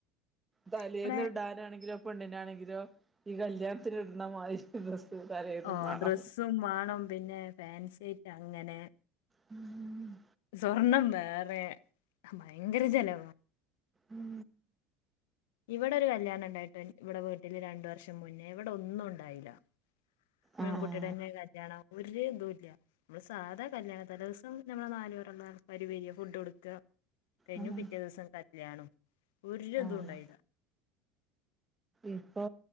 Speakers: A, on the right; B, on the left.
A: തലേന്ന്
B: ഇവിടെ
A: ഇടാനാണെങ്കിലോ പെണ്ണിനാണെങ്കിലോ ഈ കല്യാണത്തിന് ഇടുണ മാതിരി തലേന്നും
B: ഓഹ്
A: മാണം
B: ഡ്രസ്സും വേണം പിന്നെ ഫാൻസിയായിറ്റ് അങ്ങനെ
A: ഉം
B: സ്വർണം വേറെ ഭയങ്കര ചെലവാ.
A: ഉം
B: ഇവിടെ ഒരു കല്യാണം ഉണ്ടായിട്ട് ഇവിടെ വീട്ടില് രണ്ട വർഷം മുന്നേ ഇവിടെ ഒന്നും ഉണ്ടായില്ല. പെൺകുട്ടിയുടെ
A: ആഹ്
B: തന്നെ കല്യാണം ഒരു തൂല്ല നമ്മള് സാധാ കല്യാണം തലെ ദിവസം നമ്മള ന ഫുഡ് കൊടുക്കുക കഴിഞ്ഞു
A: ആഹ്
B: പിറ്റേ ദിവസം കല്യാനോം ഒരുതുണ്ടായിനില്ല
A: ആഹ് ഇപ്പൊ